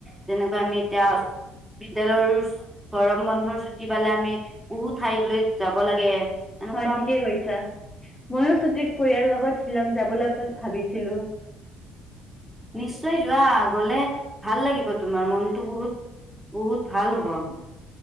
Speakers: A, in the centre; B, on the left.
A: যেনেকৈ আমি এতিয়া বিদ্যালয়ৰ গৰম বন্ধৰ ছুটি পালে আমি বহু ঠাইলৈ যাব লাগে এনেকুৱা
B: হয় ঠিকে কৈছা ময়ো ছুটিত পৰিয়াল লগত শ্বিলং যাবলৈ ভাবিছিলো
A: নিশ্চয় যোৱা গলে ভাল লাগিব তোমাৰ মনতটো বহুত বহুত ভাল হ'ব আৰু